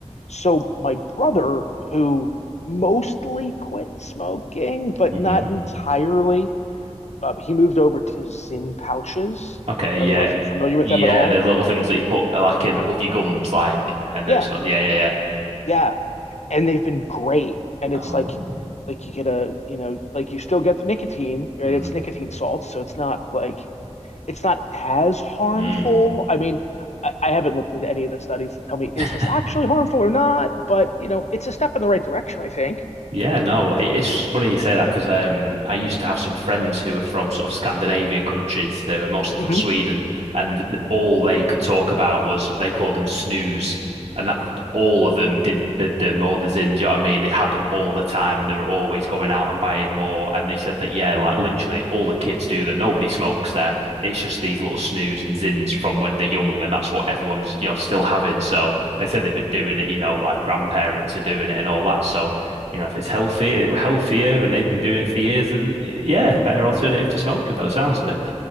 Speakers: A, on the left; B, on the right.
A: So my brother, who mostly quit smoking, but
B: hmm mm-hmm.
A: not entirely, uh, he moved over to Zin pouches.
B: Okay, yeah,
A: I don't know if you're familiar with
B: yeah.
A: them at all.
B: The little things that you put like in above your gums, like, and
A: Yeah,
B: then it's got yeah, yeah, yeah.
A: yeah, and they've been great. And
B: Oh.
A: it's like, like you get a, you know, like you still get the nicotine, right?
B: hmm
A: It's nicotine salts, so it's not like it's not as harmful.
B: <laughs>
A: I mean, I, I haven't looked into any of the studies to tell me is
B: Mm.
A: this actually harmful or not, but you know, it's a step in the right direction, I think.
B: Yeah, no, it- it's funny you say that because um, I used to have some friends who were from sort of Scandinavian countries. They were mostly from
A: hmm
B: Sweden, and th- all they could talk about was they called them snooze, and that all of them did did them all the zins. You know what I mean? They had them all the time, and they were always going out and buying more. And they said that yeah, like literally all the kids do that. Nobody smokes there. It's just these little snooze and zins from when they're young, and that's what everyone's you know still having. So they said they've been doing it. You know, like grandparents are doing it and all that. So. You know, if it's healthier, healthier, and they've been doing it for years, then yeah, better alternative to smoking by the sounds of it.